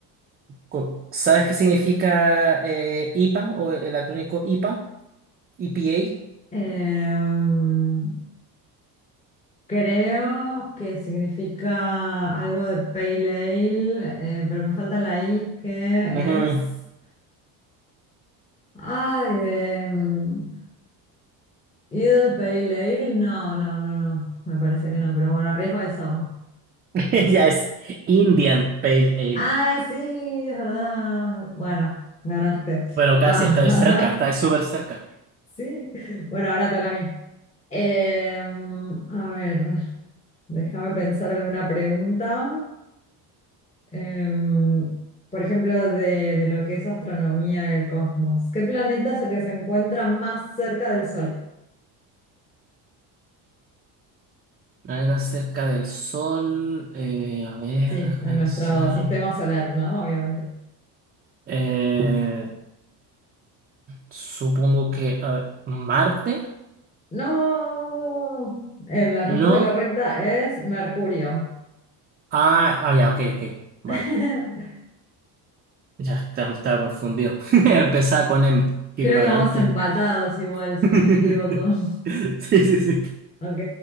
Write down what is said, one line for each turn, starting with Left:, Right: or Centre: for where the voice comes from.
Right: Co- ¿Sabes qué significa eh, IPA o el acrónico IPA? EPA.
Left: Em, Creo que significa algo de pale ale, eh, pero me falta la I que
Right: Ujú.
Left: es... Ay, em, Idle Pale Ale. No, no, no, no. Me parece que no, pero bueno, arriesgo eso.
Right: <laughs>
Left: No.
Right: Ya es Indian Pale Ale.
Left: Ay, sí, es verdad. Bueno, ganaste.
Right: Pero
Left: Ah,
Right: casi estáis cerca, estáis súper cerca.
Left: <laughs> sí. Bueno, ahora toca a mí. Em, a ver, déjame pensar alguna pregunta. Em, por ejemplo, de, de lo que es astronomía del cosmos. ¿Qué planeta es el que se encuentra más cerca del Sol?
Right: Planeta cerca del Sol. eh, a ver,
Left: Sí,
Right: déjame
Left: en nuestro
Right: pensar.
Left: sistema solar, ¿no? Obviamente.
Right: Eh, supongo que a- Marte,
Left: No, Eh, la
Right: ¿no?
Left: respuesta correcta es Mercurio.
Right: Ah, ah, ya, ok, ok. Vale.
Left: <laughs>
Right: Ya está- estaba confundido. <laughs> Empezaba con M. Qué
Left: Creo
Right: ignorante.
Left: que vamos empatados igual, si
Right: <laughs>
Left: no me equivoco. <laughs>
Right: Sí, sí, sí.
Left: Ok,